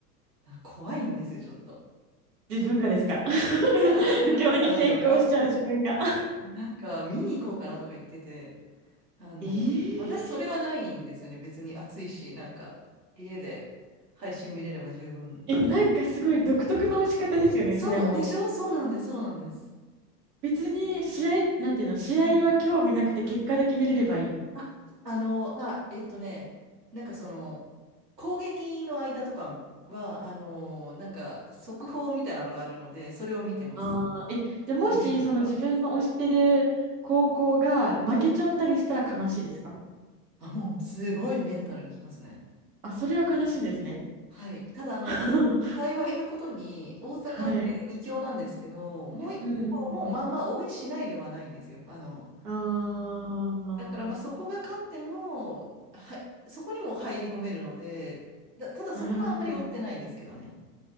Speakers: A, on the right; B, on the right.
A: な怖いんですよ、ちょっと。
B: 自分がですか <laughs>
A: <laughs> あの彼女が。
B: 不況に成功しちゃう自分が。
A: なんか見に行こうかなとか言ってて、あの、
B: えー
A: 私それはないんですよね。
B: <laughs>
A: 別に暑いし、なんか家で配信見れれば十分。
B: え、なんかすごい独特な押し方ですよね、
A: そうでしょそうなんです、
B: それも。
A: そうなんです。
B: 別に試合、なんていうの、試合は興味なくて結果だけ見れればいい。
A: はいあ、あの、あ、えっとね、なんかその、攻撃の間とかは、あの、なんか速報みたいなのがあるので、それを見てます。
B: ああ、え、じゃあもし、
A: 見れるときは。
B: その自分の推してる高校が負けちゃったりしたら悲しいですか
A: はい。あ、もうすごいメンタルにきますね。
B: あ、それは悲しいんですね。
A: はい。ただ、あの、
B: <laughs>
A: 幸いなことに、大阪って2強なんですけど、
B: はい。
A: もう1個も、
B: うんうんうん。
A: まあまあ、応援しないではないんですよ。あの、
B: あ
A: だから、まあ、そこが勝っても、はい、そこにも入り込めるので、だ、ただそこはあんまり追ってないんですけどね。
B: あ、なるほど。